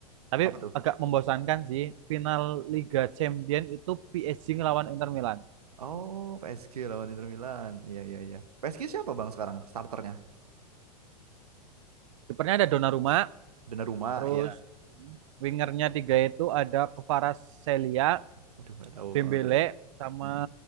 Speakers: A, on the right; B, on the right.
A: tapi
B: Apa tuh?
A: agak membosankan sih final Liga Champion itu PSG ngelawan Inter Milan
B: Oh, PSG lawan Inter Milan. Iya, iya, iya. PSG siapa Bang sekarang starternya?
A: kipernya ada Donnarumma
B: Donnarumma
A: terus
B: ya.
A: wingernya tiga itu ada Kvaratskhelia
B: Waduh, nggak tahu.
A: Dembele
B: Eh, terus?
A: sama
B: Hmm.